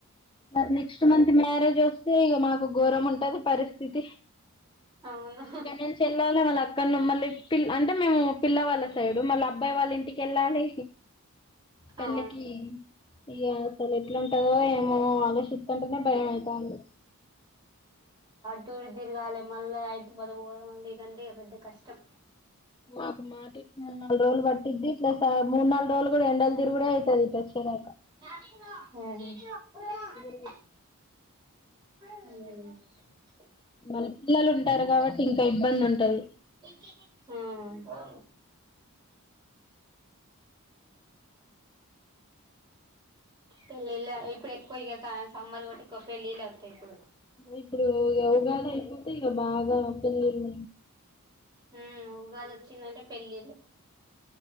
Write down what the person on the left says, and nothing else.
మరి నెక్స్ట్ మంత్ మ్యారేజ్ వస్తే ఇక మాకు ఘోరం ఉంటది పరిస్థితి
క చెల్ వాళ్ళ అక్కను మళ్ళీ పిల్ అంటే మేము పిల్లవాళ్ళ సైడు మళ్ళీ అబ్బాయి వాళ్ళ ఇంటికి వెళ్ళాలి పెళ్ళకి
ఇక అసలు ఎట్లాంటందో ఏమో షంటేనే భయం అవుతాంది
మ నాలుగు రోజులు పట్ద్ది ప్లస్ మూ నాలుగు రోజులు కూడా ఎండల్ తరు కూడా అవుతుది పల ఇందాక
యూ
మన పిల్లలు ఉంటారు కాబట్టి ఇంకా ఇబ్బంది ఉంటది
ఇప్పుడు ఉగాది అయిపోతే ఇగ బాగా పెళ్ళిళ్ళ